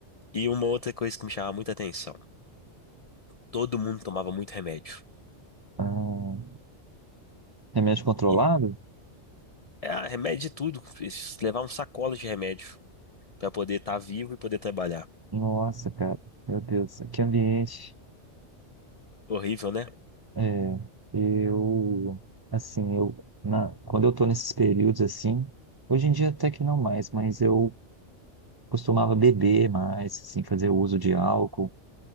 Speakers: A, on the left (about 55°); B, on the right (about 35°).
A: E uma outra coisa que me chamava muita atenção: todo mundo tomava muito remédio.
B: Ah, remédio controlado?
A: E, é, ah, remédio de tudo, levar um sacola de remédio para poder estar vivo e poder trabalhar.
B: Nossa, cara, meu Deus, que ambiente.
A: Horrível, né?
B: É, eu, assim, eu, na, quando eu tô nesses períodos assim, hoje em dia até que não mais, mas eu costumava beber mais, assim, fazer uso de álcool.